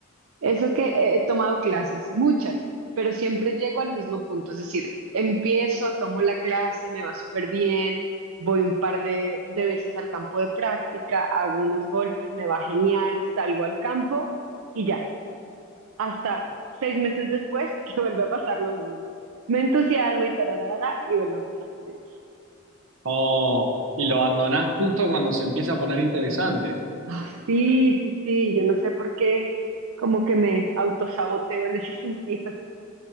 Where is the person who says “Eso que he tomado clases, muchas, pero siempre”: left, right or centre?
Right